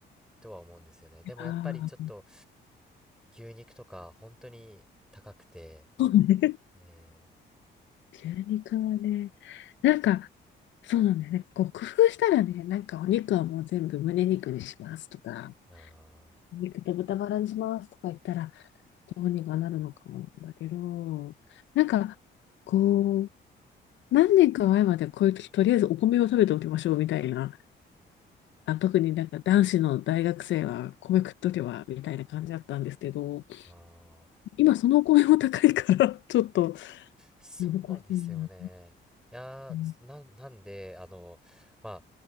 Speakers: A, in the centre; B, on the left.
A: とは思うんですよね。でもやっぱりちょっと
B: ああ、
A: 牛肉とか本当に高くて、
B: そうね。
A: え
B: 牛肉はね、なんか、そうなんだよね。こう工夫したらね、なんかお肉はもう全部胸肉にしますとか、
A: ー、あ
B: 肉と豚バラにしますとか言ったら、どうにかなるのかもなんだけど、なんか、こう、何年か前までこういう時、とりあえずお米を食べておきましょうみたいな、あ、特になんか男子の大学生は米食っとけばみたいな感じだったんですけど、
A: ーあー
B: 今そのお米も高いから <laughs> ちょっと
A: そうですよね。
B: 難しいな。
A: いやー、
B: うん、
A: な、なんで、あの、まあ、